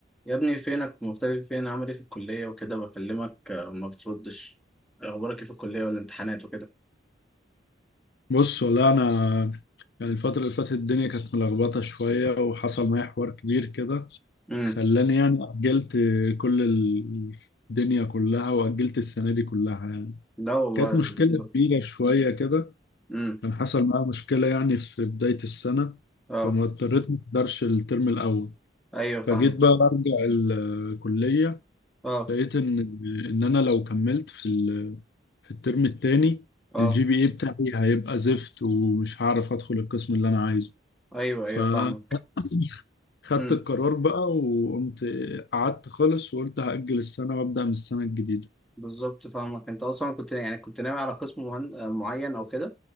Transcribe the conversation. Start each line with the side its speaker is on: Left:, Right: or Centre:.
Centre: يا ابني فينك مختفي فين عامل ايه في الكلية وكده بكلمك آه، ما بتردش اخبارك ايه في الكلية والامتحانات وكده
Left: بص والله انا يعني الفترة اللي فاتت الدنيا كانت ملخبطة شوية وحصل معايا حوار كبير كده
Centre: امم
Left: خلاني يعني أجلت كل ال- الدنيا كلها وأجلت السنة دي كلها يعني
Centre: لا والله
Left: كانت
Centre: الحمد
Left: مشكلة كبيرة شوية كده
Centre: امم
Left: كان حصل معايا مشكلة يعني في بداية السنة
Centre: اه
Left: فما اضطريت ما اقدرش الترم الأول
Centre: ايوه
Left: فجيت
Centre: فاهمك
Left: بقى أرجع الكلية
Centre: اه
Left: لقيت ان ان انا لو كملت في ال- في الترم التاني
Centre: اه
Left: الجي بي اي بتاعي هيبقى زفت ومش هعرف ادخل القسم اللي انا عايزه
Centre: ايوه
Left: ف
Centre: ايوه فاهمك
Left: <laughs> خدت
Centre: امم
Left: القرار بقى وقمت قعدت خالص وقلت هأجل السنة وأبدأ من السنة الجديدة
Centre: بالظبط فاهمك انت اصلا كنت يعني كنت ناوي على قسم مهن... آه، معين او كده